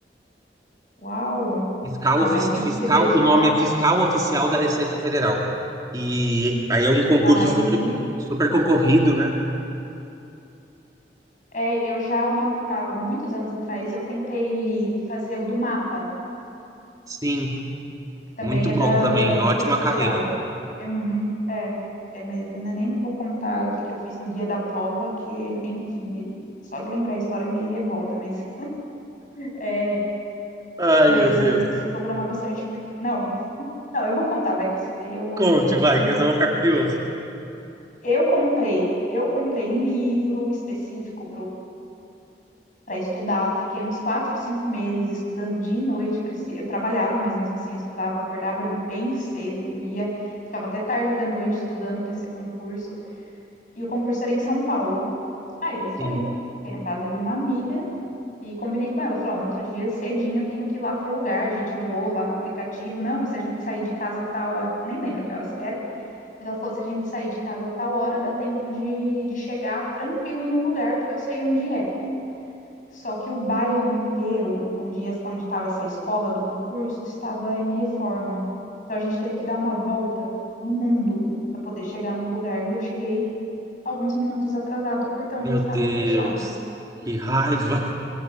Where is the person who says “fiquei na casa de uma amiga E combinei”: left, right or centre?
Left